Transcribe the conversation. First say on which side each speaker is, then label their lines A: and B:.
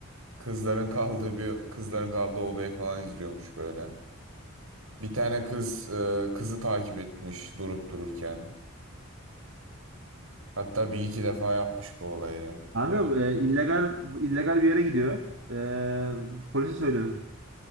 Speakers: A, on the right; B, on the right.
A: kızların <laughs> kaldığı bir kızların kaldığı odayı falan izliyormuş böyle. Bir tane kız e, kızı takip etmiş durup dururken. Hatta bir iki defa yapmış bu olayı.
B: Kanka
A: Hani
B: e, illegal illegal bir yere gidiyor. E, polise söylüyorsun.